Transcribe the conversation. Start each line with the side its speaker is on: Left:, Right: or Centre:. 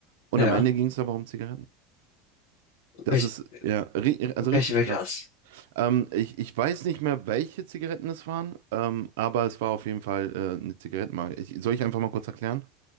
Right: Und
Left: Ja.
Right: am Ende ging es aber um Zigaretten. Das
Left: Welch,
Right: ist ja ri also
Left: Welche,
Right: richtig
Left: welches?
Right: krass. Ähm, ich, ich weiß nicht mehr, welche Zigaretten es waren, ähm, aber es war auf jeden Fall äh, eine Zigarettenmarke. Ich, soll ich einfach mal kurz erklären?